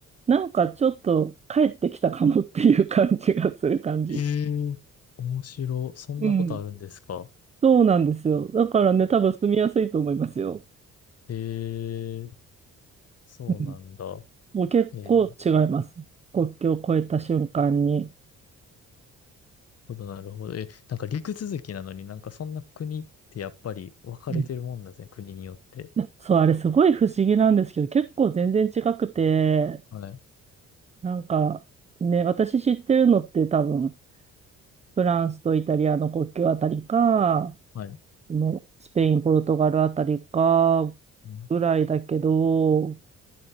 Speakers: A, on the right (about 20°); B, on the left (about 50°).
A: なんかちょっと帰ってきたかもっていう感じがする感じ。
B: ええ面白。そんなことあるんですか。
A: うん。そうなんですよ。だからね、多分住みやすいと思いますよ。
B: ええそうなんだ。
A: うん。もう結構違います。
B: ええなる
A: 国境を越えた瞬間に。
B: ほど、なるほど。え、なんか陸続きなのになんかそんな国ってやっぱり分かれてるもんなんですね。
A: うん
B: 国によって。
A: なそう、あれすごい不思議なんですけど、結構全然違くて、
B: はい。
A: なんか、ね、私知ってるのって多分、フランスとイタリアの国境あたりか、
B: はい。
A: のスペイン、ポルトガルあたりか、
B: うん
A: ぐらいだけど、